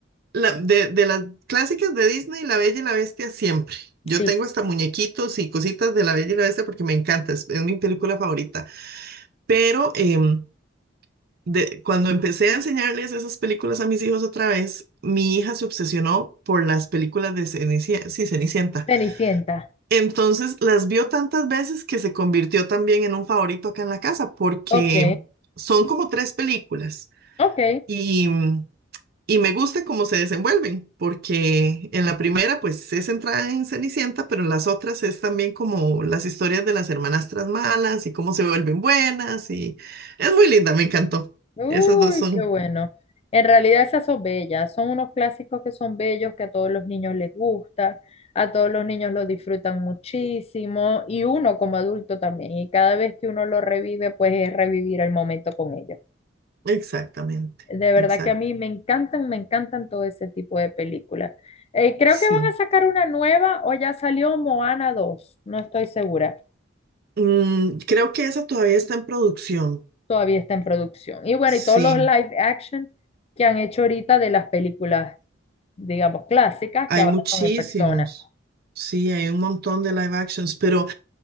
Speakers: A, on the right; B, on the left.
A: La- de, de las clásicas de Disney, La Bella y la Bestia siempre. Yo
B: Sí,
A: tengo hasta muñequitos y cositas de La Bella y la Bestia porque me encanta, es, es mi película favorita. Pero em, de- cuando empecé a enseñarles esas películas a mis hijos otra vez, mi hija se obsesionó por las películas de Cenicienta, sí, Cenicienta.
B: Cenicienta.
A: Entonces las vio tantas veces que se convirtió también en un favorito acá en la casa, porque
B: Ok,
A: son como tres películas
B: ok.
A: y, y me gusta cómo se desenvuelven, porque en la primera pues es centrada en Cenicienta, pero en las otras es también como las historias de las hermanastras malas y cómo se vuelven buenas y es muy linda, me encantó.
B: Uy,
A: Esas dos son
B: qué bueno. En realidad esas son bellas, son unos clásicos que son bellos, que a todos los niños les gusta, a todos los niños lo disfrutan muchísimo y uno como adulto también. Y cada vez que uno lo revive, pues es revivir el momento con ellos.
A: exactamente,
B: De verdad
A: exacto,
B: que a mí me encantan, me encantan todo ese tipo de películas. Eh, creo
A: sí.
B: que van a sacar una nueva o ya salió Moana dos no estoy segura.
A: Mm, creo que esa todavía está en producción,
B: todavía está en producción. Y bueno,
A: sí.
B: y todos los live action que han hecho ahorita de las películas, digamos, clásicas,
A: Hay
B: que ahora
A: muchísimos,
B: son en persona.
A: sí, hay un montón de live actions, pero